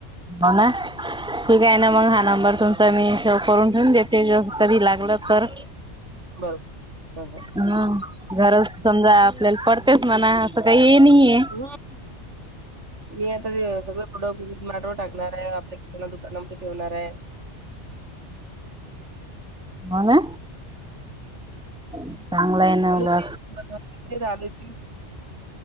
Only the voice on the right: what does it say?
बरोबर. हां, हां.
हम् मी आता ते सगळं ड माटो टाकणार आहे आपल्या किना दुकानामध्ये ठेवणार आहे.
आलूची
आलुचीम,